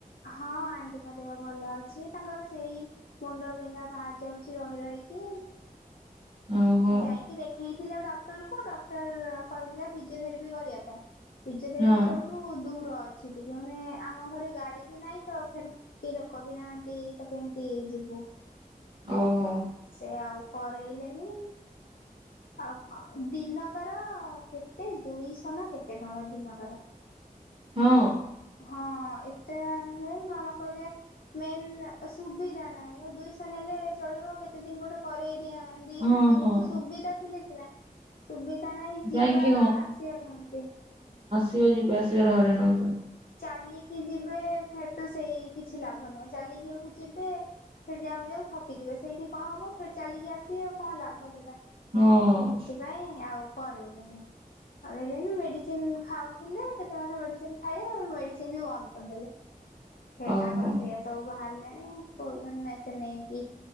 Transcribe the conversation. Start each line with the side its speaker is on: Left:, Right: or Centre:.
Left: ହଁ ଆଣ୍ଟିଙ୍କ ଦେହ ଭଲ ଅଛି ତାଙ୍କର ସେଇ ମୁଣ୍ଡ ବିନ୍ଧା ବାହାରି ଯାଉଛି ରହି ରହିକି।
Right: ଓହୋ
Left: ଯାଇକି ଦେଖେଇଥିଲା ଡକ୍ଟର କୁ ଡକ୍ଟର କହିଥିଲା ଫିଜିଓଥେରାପି କରିବା ପାଇଁ ଫିଜିଓଥେରାଫି
Right: ହଁ
Left: ଏଉଠୁ ଦୂର ଅଛି ଟିକେ ମାନେ ଆମ ଘରେ ଗାଡି ବି ନାଇଁ ତ ଫେର୍ କେହୀ ଲୋକ ବି ନାହାନ୍ତି ତ କେମିତି ଯିବୁ?
Right: ଓହୋ।
Left: ସେ ଆଉ କରେଇଲେନି। ଆଉ ଦିନକ ର କେତେ ଦୁଇଶ ନା କେତେ ଟଙ୍କା ଦିନ କର?
Right: ହଁ।
Left: ହଁ ଏତେ ରେ ହାରେ ମାମା କହିଲେ ମେନ୍ ସୁବିଧା ନାହିଁ ଦୁଇଶହ ନେଲେ ଚଳିବ କେତେ ଦିନ ଗୋଟେ କରେଇ ଦିଆ ଦେଇଥାନ୍ତି
Right: ହଁ ହଁ।
Left: କିନ୍ତୁ ସୁବିଧା ଥିଲେ ସିନା। ସୁବିଧା ନାହିଁ ଯିବା
Right: ଯାଇକି
Left: ଆସିବା କେମିତି?
Right: ଯିବା ଯିବା ଆସିବାରେ ହଇରାଣ ହଉଥିବ।
Left: ଚାଲିକି କି ଯିବେ ଫେର ତ ସେଇ କିଛି ଲାଭ ନୁହେଁ ଚାଲିକି ଏଠୁ ଯିବେ ସେଠି ଯାଉ ଯାଉ ଥକି ଯିବେ ସେଇଠି କ ହବ ଫେରେ ଚାଲିକି ଆସିବେ କ ଲାଭ ସେଇଟା।
Right: ହଁ
Left: ହେଇଥିପାଇଁ ଆଉ କରେଇଲେନି କରେଇଲେନି ମେଡିସିନ ଖାଉଥିଲେ କେତେ ମାସ ମେଡି ସିନି ଖାଇଲେ ଆ ମେଡିସିନ ବି ବନ୍ଦ କରିଦେଲେ ଫେର୍
Right: ଓହୋ
Left: ତାଙ୍କର ସେଇୟା ସବୁ ବାହାରିଲାଣି ଆଉ କହୁଛନ୍ତି ନେ ତୁ ନେଇକି